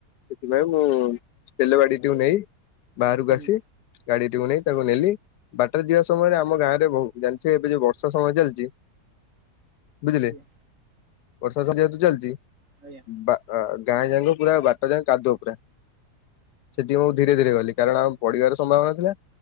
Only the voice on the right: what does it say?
ହୁଁ
ଆଜ୍ଞା
ଅଜ୍ଞା।